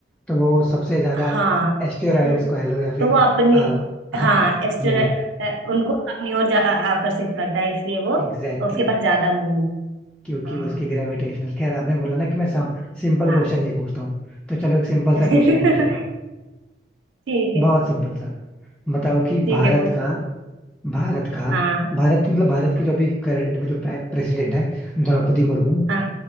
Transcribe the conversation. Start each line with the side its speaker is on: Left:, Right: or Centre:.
Centre: तो वो सबसे ज्यादा
Right: हाँ
Centre: एस्टेरॉइड्स
Right: तो
Centre: को कह लो या फिर
Right: तो वो अपनी
Centre: आ, हाँ
Right: हाँ एस्टर
Centre: मून
Right: उनको अपनी ओर जा- आ- आकर्षित करता है इसलिए वो
Centre: एग्जैक्टली
Right: उसके
Centre: exactly,
Right: पास ज्यादा मून
Centre: क्योंकि
Right: हाँ
Centre: उसकी ग्रेविटेशनल खैर आपने बोला ना कि मैं सब सिंपल
Right: हाँ
Centre: क्वेश्चन नहीं पूछता हूँ तो चलो एक सिंपल
Right: <laughs>
Centre: सा क्वेश्चन पूछ लेता हूँ
Right: ठीक है
Centre: बहुत सिंपल सा बताओ कि
Right: ठीक
Centre: भारत
Right: है पूछो
Centre: का भारत का
Right: हाँ
Centre: भारत मतलब भारत की
Right: हाँ
Centre: जो अभी करंट में जो प्रेसिडेंट है द्रौपदी मुर्मू
Right: हाँ